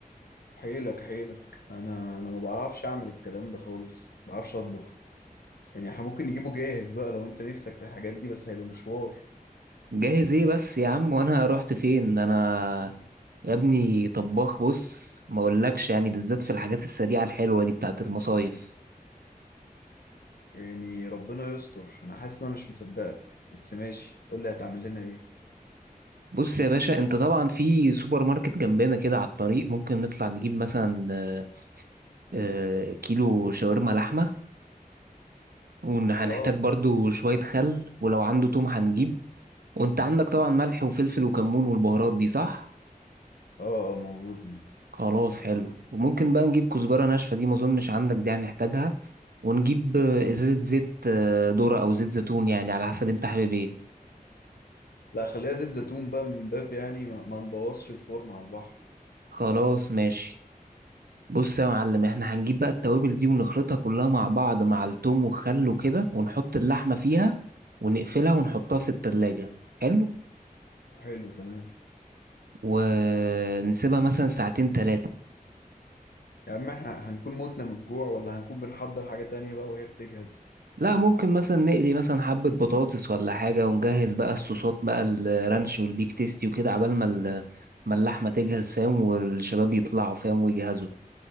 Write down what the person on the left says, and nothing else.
حيلك حيلك انا انا ما بعرفش اعمل الكلام ده خالص ما بعرفش اطبخ يعني إحنا ممكن نجيبه جاهز بقى لو انت نفسك في الحاجات دي بس هيبقى مشوار
يعني ربنا يستر انا حاسس ان انا مش مصدقك بس ماشي قول لي هتعمل لنا ايه
اه
اه آه، موجوده دي
لا خليها زيت زيتون بقى من باب يعني ما, ما نبوظش الفورم على البحر
حلو تمام
يا عم احنا هنكون متنا من الجوع ولا هنكون بنحضر حاجة تانية بقى وهي بتجهز